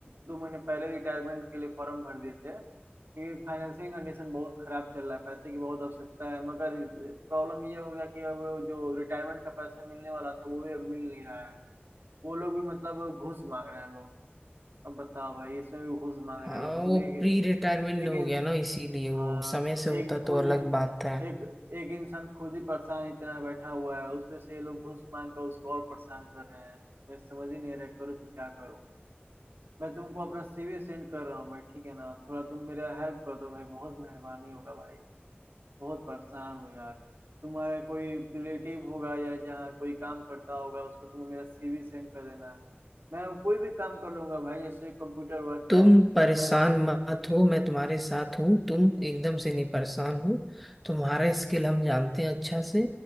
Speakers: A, on the right (about 70°); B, in the centre.
A: दो महीने पहले रिटायरमेंट के लिए फॉर्म भर दिए थे क्योंकि फाइनेंसिंग कंडीशन बहुत खराब चल रहा है पैसे की बहुत आवश्यकता है मगर प्रॉब्लम ये हो गया कि अब जो रिटायरमेंट का पैसा मिलने वाला था वो भी अब मिल नहीं रहा है वो लोग भी मतलब घूस मांग रहे हैं लोग अब बताओ भाई इसमें भी घूस मांग रहे
B: हाँ
A: हैं लोग खूब
B: वो
A: एक,
B: प्री रिटायरमेंट
A: एक
B: हो गया ना इसीलिए वो
A: हाँ
B: समय से होता
A: एक खुद
B: तो अलग
A: एक
B: बात था
A: एक इंसान खुद ही परेशान इतना बैठा हुआ है उसपे से ये लोग घूस मांग कर उसको और परेशान कर रहे हैं मैं समझ ही नहीं रहा करूँ तो क्या करूँ मैं तुमको अपना सीवी सेंड कर रहा हूँ भाई ठीक है ना थोड़ा तुम मेरा हेल्प कर दो भाई बहुत मेहरबानी होगा भाई बहुत परेशान हूँ यार तुम्हारा कोई रिलेटिव होगा या जहाँ कोई काम करता होगा उसको तुम मेरा सीवी सेंड कर देना मैं कोई भी काम कर लूंगा भाई जैसे कंप्यूटर वर्क
B: तुम
A: है
B: परेशान
A: मैं
B: मत हो मैं तुम्हारे साथ हूँ तुम एकदम से नहीं परेशान हो तुम्हारा स्किल हम जानते हैं अच्छा से